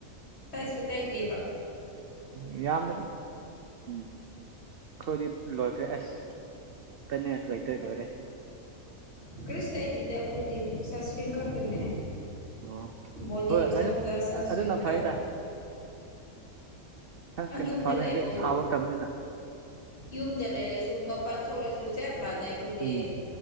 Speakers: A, on the left (about 45°); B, on the right (about 85°).
A: ꯇꯩꯁꯨ ꯇꯩꯗꯦꯕꯥ꯫
B: ꯎ ꯌꯥꯝꯗꯕꯤ ꯑꯝ ꯑꯩꯈꯣꯏꯗꯤ ꯂꯣꯏꯈ꯭ꯔꯦ ꯑꯥꯁ ꯇꯩꯅꯤꯉꯥꯏ ꯁꯨ ꯂꯩꯇꯔ꯭ꯦ ꯂꫭꯏꯔꯦ
A: ꯀ꯭ꯔꯤꯁꯨ ꯇꯧꯗꯦ ꯗꯥ ꯑꯩꯈꫭꯏꯗꯤ ꯁꯟꯀꯤꯟ ꯁ꯭ꯇ꯭ꯁꯔꯤꯡ ꯈꯛꯇꯅꯦ
B: ꯎꯝ ꯑꯣ
A: ꯕꯣꯗꯤ
B: ꯍꯣꯏ
A: ꯂꯣꯁꯟꯒꯥ
B: ꯑꯗꯨ
A: ꯁꯟꯁ꯭ꯔꯤꯡꯒꯥ꯫
B: ꯑꯗꯨꯅ ꯐꯩꯗ ꯁꯟꯁꯀ꯭ꯔꯤꯟꯅ
A: ꯑꯩ ꯌꯨꯝꯗ
B: ꯐꯔꯦ
A: ꯂꯩꯕꯥ
B: ꯍꯧꯖꯤꯛ ꯁꯥꯕ
A: ꯋꯥ
B: ꯃꯇꯝꯅꯤꯅ
A: ꯌꯨꯝꯗꯥ ꯂꯩꯔꯁꯨ ꯃꯄꯥꯟ ꯊꯣꯛꯑꯁꯨ ꯆꯞ ꯃꯥꯟꯅꯩ꯫ ꯑꯗꯨꯏꯗꯤ
B: ꯎꯝ